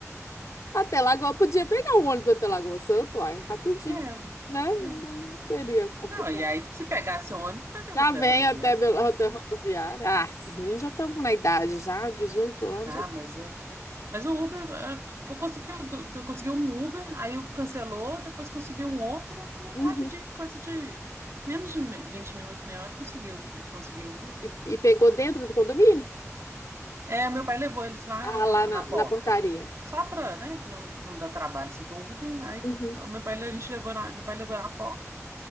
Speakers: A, on the left; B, on the right.
A: Até Lagoa, podia pegar o ônibus até Lagoa Santa, uai, rapidinho,
B: né?
A: né? Não,
B: né.
A: não seria complicado.
B: Não, e aí se pegasse um ônibus, pegava
A: Já
B: até
A: vem
B: a rodoviária.
A: até, Belo- até rodoviária. Ah, esses meninos já estão na idade, já, 18 anos,
B: Ah,
A: já.
B: mas é que... Mas o Uber, eh, foi- conseguiu, do- eu consegui um Uber, aí eu cancelou, depois conseguiu um outro, eh,
A: Uhum.
B: rapidinho, coisa de menos de me- 20 minutos, meia hora, conseguiu, conseguiu
A: E, e pegou dentro do condomínio?
B: É, meu pai levou eles lá
A: Ah,
B: na,
A: lá na,
B: na
A: na
B: porta,
A: portaria.
B: só para, né, para não não dar trabalho assim para o Uber. Aí
A: Uhum.
B: o meu pai, a gente levou na, meu pai levou na porta